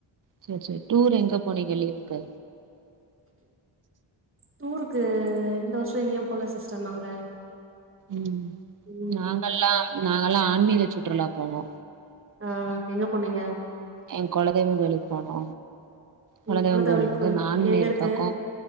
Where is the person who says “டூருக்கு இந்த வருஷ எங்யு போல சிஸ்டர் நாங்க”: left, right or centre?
Right